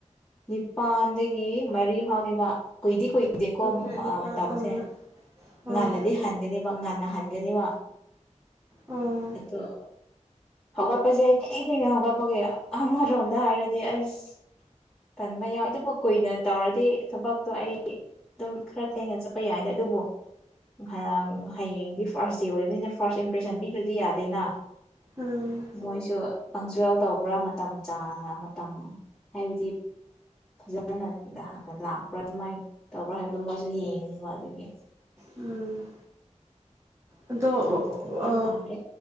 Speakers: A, in the centre; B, on the right.
A: ꯅꯤꯄꯥꯟꯗꯒꯤ ꯃꯔꯤ ꯐꯥꯎꯅꯤꯕ ꯀꯨꯏꯗꯤ ꯀꯨꯏ ꯑꯗꯨꯗꯤꯀꯣ
B: ꯇꯔꯨꯛ ꯇꯔꯦꯠ ꯅꯤꯄꯥꯜ
A: ꯃꯇꯝꯁꯦ
B: ꯑꯥ ꯑꯥ
A: ꯉꯜꯂꯗꯤ ꯍꯟꯒꯅꯦꯕ ꯉꯟꯅ ꯍꯟꯒꯅꯦꯕ
B: ꯑꯥ
A: ꯑꯣ ꯍꯧꯒꯠꯄꯁꯦ ꯑꯩ ꯊꯦꯡ ꯊꯦꯡꯩꯅ ꯍꯧꯒꯠꯄꯒꯤ ꯑꯃꯔꯣꯝꯗ ꯍꯥꯏꯔꯗꯤ ꯑꯩꯁ ꯀꯟꯕ ꯌꯥꯎꯏ ꯑꯗꯨꯕꯨ ꯀꯨꯏꯅ ꯇꯧꯔꯗꯤ ꯊꯕꯛꯇꯣ ꯑꯩ ꯑꯗꯨꯝ ꯈꯔ ꯊꯦꯡꯅ ꯆꯠꯄ ꯌꯥꯏꯗꯦ ꯑꯗꯨꯕꯨ ꯉꯔꯥꯡ ꯍꯌꯦꯡꯗꯤ ꯐꯥꯔꯁ ꯗꯦ ꯑꯣꯏꯕꯅꯤꯅ ꯐꯥꯔꯁ ꯏꯝꯄ꯭ꯔꯦꯁꯟ ꯄꯤꯗꯗꯤ ꯌꯥꯗꯦꯅ
B: ꯎꯝ
A: ꯃꯣꯏꯁꯨ ꯄꯪꯆꯨꯋꯦꯜ ꯇꯧꯕ꯭ꯔꯥ ꯃꯇꯝ ꯆꯥꯡꯅ ꯃꯇꯝ ꯍꯥꯏꯕꯗꯤ ꯐꯖꯅ ꯂꯥꯛꯄ꯭ꯔꯥ ꯑꯗꯨꯃꯥꯏꯅ ꯇꯧꯕ꯭ꯔꯥ ꯍꯥꯏꯕꯗꯣ ꯃꯣꯏꯁꯨ ꯌꯦꯡꯉꯅꯤꯕ ꯑꯗꯨꯒꯤ
B: ꯎꯝ ꯑꯗꯣ
A: ꯉꯟꯅ ꯆꯠꯄ
B: ꯑ
A: ꯇꯥꯔꯦ